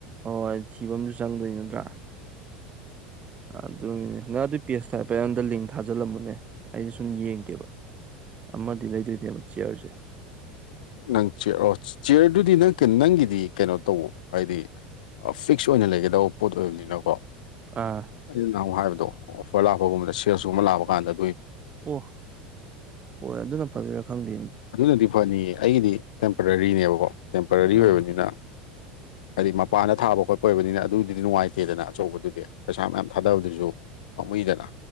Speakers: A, on the right; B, on the left.
A: ꯍꯣꯏꯣꯏ ꯊꯤꯕꯝꯁꯨ ꯆꯪꯗꯣꯏ ꯅꯠꯇ꯭ꯔꯥ ꯑꯗꯨꯅꯤꯅꯦ ꯉꯥ ꯑꯗꯨꯒꯤ ꯄꯦꯖꯇ ꯍꯥꯏꯐꯦꯠ ꯑꯗ ꯂꯤꯡ ꯊꯥꯖꯤꯜꯂꯝꯃꯣꯅꯦ ꯑꯩꯁꯦ ꯁꯨꯝ ꯌꯦꯡꯒꯦꯕ ꯑꯃꯗꯤ ꯂꯩꯗꯣꯏꯅꯦꯕ ꯆꯤꯌꯥꯔꯁꯦ
B: ꯅꯪ ꯆ ꯑꯣ ꯆꯤꯌꯔꯗꯨꯗꯤ ꯅꯪ ꯅꯪꯒꯤꯗꯤ ꯀꯩꯅꯣ ꯇꯧꯑꯣ ꯍꯥꯏꯗꯤ ꯐꯤꯛꯁ ꯑꯣꯏꯅ ꯂꯩꯒꯗꯕ ꯄꯣꯠ ꯑꯣꯏꯕꯅꯤꯅꯀꯣ
A: ꯑꯥ
B: ꯑꯩꯅ ꯅꯍꯨ ꯍꯥꯏꯕꯗꯣ ꯑꯣꯐꯔ ꯂꯥꯛꯄꯒꯨꯝꯕꯗ ꯁꯦꯜꯁꯒꯨꯝꯕ ꯂꯥꯛꯄ ꯀꯥꯟꯗ
A: ꯑꯣ ꯍꯣꯏ ꯑꯗꯨꯅ ꯐꯗꯨꯏꯔꯥ ꯈꯪꯗꯦ
B: ꯑꯗꯨꯅꯗꯤ ꯐꯅꯤꯌꯦ ꯑꯩꯒꯤꯗꯤ ꯇꯦꯝꯄꯔꯔꯤꯅꯦꯕꯀꯣ ꯇꯦꯝꯄꯔꯔꯤ
A: ꯑꯥ
B: ꯑꯣꯏꯕꯅꯤꯅ ꯍꯥꯏꯗꯤ ꯃꯄꯥꯟꯗ ꯊꯥꯕ ꯈꯣꯠꯄ ꯑꯣꯏꯕꯅꯤꯅ ꯑꯗꯨꯗꯨꯗꯤ ꯅꯨꯡꯉꯥꯏꯇꯦꯗꯅ ꯑꯆꯧꯕꯗꯨꯗꯤ ꯄꯩꯁꯥ ꯃꯌꯥꯝ ꯊꯥꯗꯕꯗꯨꯁꯨ ꯄꯥꯥꯃꯨꯏꯗꯅ